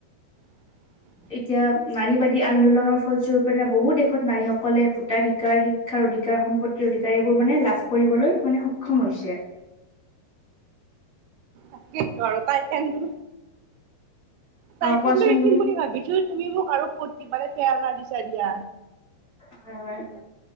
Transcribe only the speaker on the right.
<inaudible>
তাকেইতো আৰু তাই কিন্ত চাইকেলটো
শিকিম
বুলি ভাবিছো তুমি মোক। আৰু প্ৰতি বাৰে পেৰনা দিছা দিয়া।